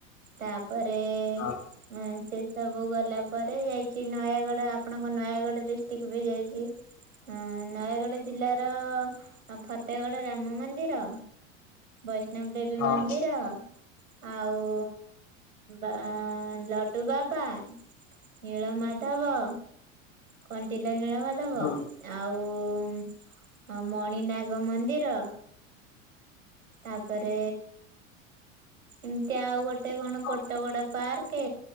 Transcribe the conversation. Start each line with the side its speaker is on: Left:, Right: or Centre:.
Right: ତାପରେ
Left: ହଁ
Right: ହଁ ସେ ସବୁ ଗଲା ପରେ ଯାଇଛି ନୟାଗଡ ଆପଣଙ୍କ ନୟାଗଡ ଡିଷ୍ଟ୍ରିକ୍ଟ ବି ଯାଇଛି। ହଁ ନୟାଗଡ ଜିଲ୍ଲାର ଫତେଗଡ ରାମ ମନ୍ଦିର। ବୈଷ୍ଣବ ଦେବୀ
Left: ହଁ
Right: ମନ୍ଦିର ଆଉ ଆ ଲଡୁ ବାବା, ନୀଳ ମାଧବ। କଣ୍ଟିଲ ନୀଳ ମାଧବ
Left: ହଁ
Right: ଆଉ ମଣିନାଗ ମନ୍ଦିର। ତାପରେ ଏମିତି ଆଉ ଗୋଟେ କଣ
Left: ହଁ।
Right: କୋଟଗଡ ପାର୍କେ